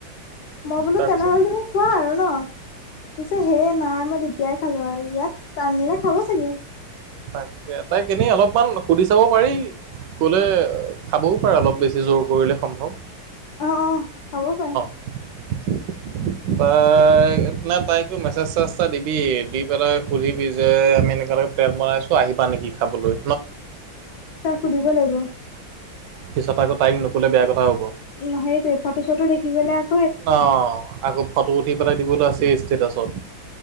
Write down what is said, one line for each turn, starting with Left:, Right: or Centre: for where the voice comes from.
Left: মই বোলো
Right: তাৰপিছত
Left: তেনেহলে তুমি খোৱা আৰু ন। কৈছে হে নাই মই তেতিয়াই খালো আৰু ইয়াত <unintelligible> নিলে খাব চাগে।
Right: তাকে, তাইক এনেই অলপমান সুধি চাব পাৰি। ক'লে খাবও পাৰে অলপ, বেছি জোৰ কৰিলে সম্ভৱ
Left: অ', অ', খাবও পাৰে।
Right: <inaudible> তাই, নাই তাইকো মেছেজ-চেছেজ এটা দিবি, দি পেলাই সুধিবি যে আমি এনেকুৱা-এনেকুৱা প্লেন বনাইছোঁ, আহিবা নেকি খাবলৈ?
Left: তাইক সুধিব লাগিব।
Right: পিছত আকৌ তাইক নক'লে বেয়া কথা হ'ব।
Left: উম, সেইটোৱেই। ফটো-চটো দেখি গ'লেই আক
Right: অ', আকৌ ফটো উঠি পেলাই দিবলৈ আছেই ষ্টেটাছত